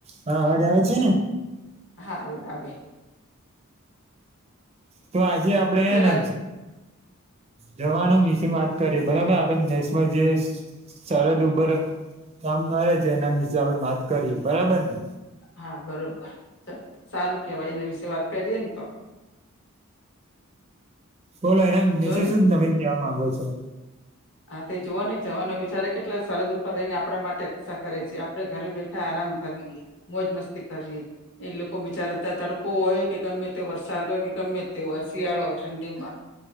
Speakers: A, on the right (about 30°); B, on the left (about 55°).
A: હા અવાજ આવે છે ને
B: હા આવે
A: તો આજે આપડે
B: ચલો
A: હેને જવાનો વિશે વાત કરીએ બરાબર આપદઈ દેશમાં જે સરદ ઉપર કામ કરે છે એના વિશે આપણે વાત કરીએ બરાબર ને
B: હા બરોબર સારું કેવાય એના વિશે વાત કરીએ ને તો
A: બોલો એના વિશે
B: જો ને
A: શું તમે કહેવા માંગો છો
B: હા તે જોવ નહ જવાનું બિચારે કેટલા સરહદ ઉપર રહીને આપણા માટે રક્ષા કરે છે આપડે ઘરે બેઠા આરામ કરીએ મોજ મસ્તી કરીએ એ લોકો બિચારાતા તડકો હોય કે ગમે તે વરસાદ હોય કે ગમે તેય શિયાળો હોય ઠંડીમાં